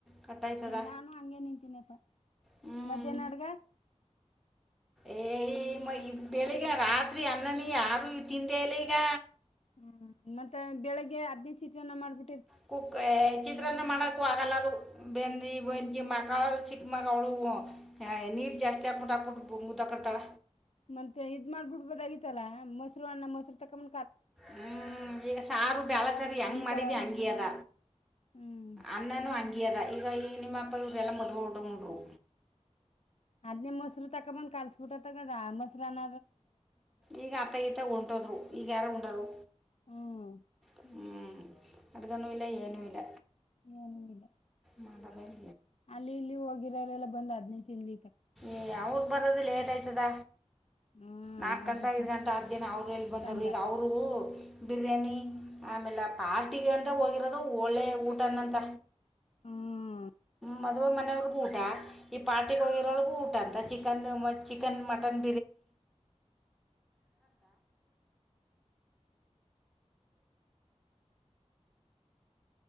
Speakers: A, in the centre; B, on the left.
A: ಕಟ್ಟ ಆಯ್ತದ
B: ನಾನು ಹಂಗೆ ನಿಂತೀನಪ್ಪಾ
A: ಹ್ಮ್
B: ಮಧ್ಯಾಹ್ನ ಅಡ್ಗ
A: ಏ ಮ ಈ ಬೆಳಿಗ್ ರಾತ್ರಿ ಅಣ್ಣನಿ ಯಾರ ತಿಂದೆಲ್ಲ ಈಗ
B: ಹ್ಮ್ ಮತ್ತೆ ಬೆಳಿಗ್ಗೆ ಹದ್ನೇ ಚಿತ್ರಾನ್ನ ಮಾಡ್ಬಿಟ್ಟ
A: ಕುಕ್ ಚಿತ್ರಾನ್ನ ಮಾಡಕೂ ಆಗಲ್ಲ ಅದು ಬೆಂದಿ ಬೆಂದಿ ಮಕ್ಕಾಳ ಚಿಕ್ಕ ಮಾಗ ಅವಳು ನೀರ್ ಜಾಸ್ತಿ ಆಕ್ಬಿಟಾ ಹಾಕ್ಬಿಟ್ಟು ಕರ್ತಾರ
B: ಮತ್ತೆ ಇದ್ ಮಾಡ್ಬಿಡ್ಬದ ಆಗತ್ತಲ್ಲ ಮತ್. ಸ ಮಸರು ತ ಕಮ್ಮ
A: ಹ್ಮ್ ಈಗ ಸಾರು ಬಳ ಸರಿ ಹೆಂಗ್
B: ಉಣ್ಕಳೋರು
A: ಮಾಡಿದಿ ಅಂಗಿ ಅದ
B: ಹ್ಮ್
A: ಅನ್ನನುೂ ಅಂಗಿ ಅದ ಈಗ ಈಗ ನಿಮ್ಮ ನ ಇ ಎಲ್ಲ ಮೊದಲುಊಟ ಉಂಡರು
B: ಅದನಿ ಮಸರು ತಕ್ ಬಂದ್ಬುಟ್ಟು ತಾ ಮ ಕಲ್ಸಫುಟತ ಮಸರು ಅನ
A: ಈಗ ಆತಗತ ಹೊಂಟೋದ್ರು ಈಗ ಯಾರು ಉಂಡರು
B: ಹ್ಮ್
A: ಹ ಅರ್ಗನೂ ಇಲ್ಲ ಏನುೂ ಇಲ್ಲ
B: ಏನಂಗಿದೆ
A: ಮಾತ ಬೈಕ
B: ಅಲ್ಲಿ ಇಲ್ಲಿ ಹೋಗಿರೋರೆಲ್ಲ ಬಂದ್ ಹದ್ನ ತಿನ್ಲಿ
A: ಏ ಯಾವಾಗ ಬರದು ಲೇಟ್ ಆಯ್ತದ
B: ಹ್ಮ್
A: ನಾಕ
B: ಒಬ್ರು
A: ಗಂಟಾ ಐದ್ ಗಂಟಾ ಹದ್ ದಿನ ಅವರು ಎಲ್ಲಿ ಬಂದವರು
B: ತಂದ
A: ಈಗ ಅವರು ಬಿರಿಯಾನಿ ಆಮೇಲೆ ಪಾರ್ಟಿಗೆ ಅಂತ ಹೋಗಿರೋದು ಒಳ್ಳೆ ಊಟನಂತ
B: ಹ್ಮ್
A: ಮದುವೇ ಮನೆಯವರಿಗೆ ಊಟ ಈ ಪಾಟಿಗೆ ಹೋಗಿರೋರಿ ಊಟ ಅಂತ ಚಿಕನ್ ಮ ಚಿಕನ್ ಮಟನ್